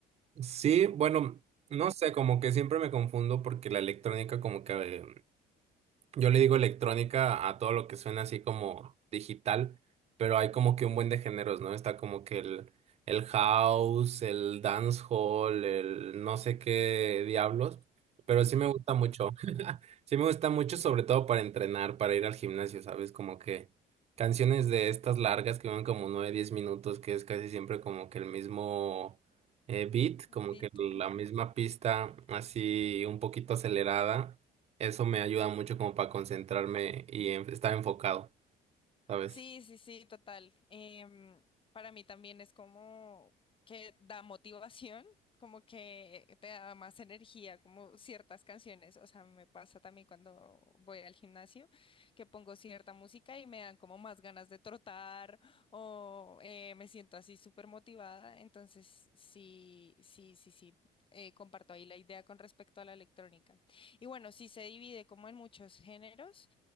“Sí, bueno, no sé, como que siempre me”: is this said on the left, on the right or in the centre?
Right